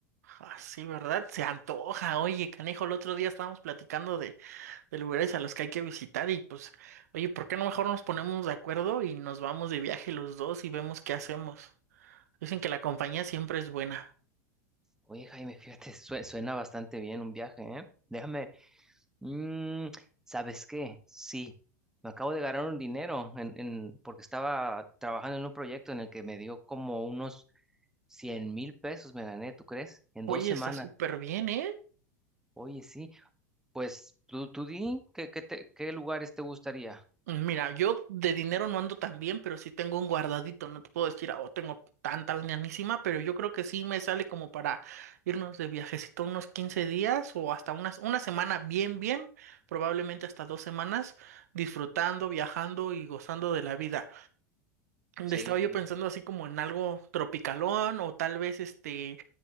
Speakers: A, on the right; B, in the centre.
A: Ah, sí, ¿verdad? Se antoja. Oye, canejo, el otro día estábamos platicando de, de lugares a los que hay que visitar y pues, oye, ¿por qué no mejor nos ponemos de acuerdo y nos vamos de viaje los dos y vemos qué hacemos? Dicen que la compañía siempre es buena.
B: Oye, Jaime, fíjate, sue- suena bastante bien un viaje, ¿eh? Déjame, mm, ¿sabes qué? Sí, me acabo de ganar un dinero en, en, porque estaba trabajando en un proyecto en el que me dio como unos Cien mil pesos me gané, ¿tú crees? En
A: Oye,
B: dos semanas.
A: está súper bien, ¿eh?
B: Oye, sí. Pues tú, tú di, ¿qué, qué, te- qué lugares te gustaría?
A: Mira, yo de dinero no ando tan bien, pero sí tengo un guardadito. No te puedo decir, oh, tengo tanta lanísima, pero yo creo que sí me sale como para irnos de viajecito unos 15 días o hasta unas, una semana bien, bien, probablemente hasta dos semanas, disfrutando, viajando y gozando de la vida.
B: Sí,
A: Estaba yo
B: sí.
A: pensando así como en algo tropicalón o tal vez este